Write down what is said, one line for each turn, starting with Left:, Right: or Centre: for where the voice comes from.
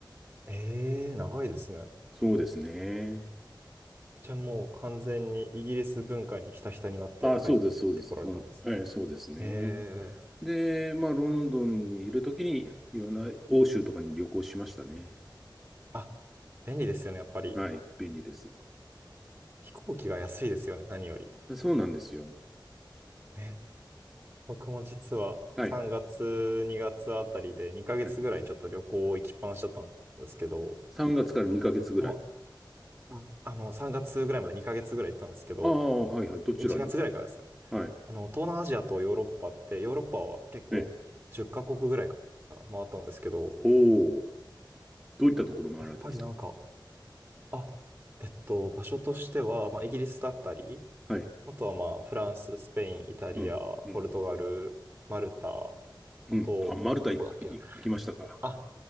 Right: ええ、長いですね。
Centre: そうですね。
Right: じゃあもう完全にイギリス文化にひたひたになって帰ってこられたんですね。
Centre: あ、そうです、そうです。ほん、えーそうですね。
Right: へえ。
Centre: で、まあ、ロンドンにいるときに、いろんな欧州とかに旅行しましたね。
Right: あ、便利ですよね。やっぱり
Centre: はい、便利です。
Right: 飛行機が安いですよね。何より。
Centre: そうなんですよ。
Right: ね。僕も実は3月、
Centre: はい、
Right: 2月あたりで2ヶ月ぐらいちょっと旅行行きっぱなしだったんですけど、
Centre: はい。3月から2ヶ月ぐらい。
Right: もう、ああの、3月ぐらいまで2ヶ月ぐらい行ってたんですけど、
Centre: ああ、はい、はい。どちらに
Right: 1月ぐらいからですね。
Centre: はい。
Right: あの、東南アジアとヨーロッパって、ヨーロッパは結構10カ国ぐらいかな、
Centre: ね。
Right: 回ったんですけど、
Centre: おお、どういったところ回られたんですか
Right: やっぱりなんか、あえっと、場所としては、まあ、イギリスだったり、
Centre: はい。
Right: あとはまあ、フランス、スペイン、イタリア、
Centre: うん、うん、
Right: ポルトガル、マルタ、
Centre: うん。
Right: あと、
Centre: あ、マルタいい行きましたか
Right: どこだっけな。あ、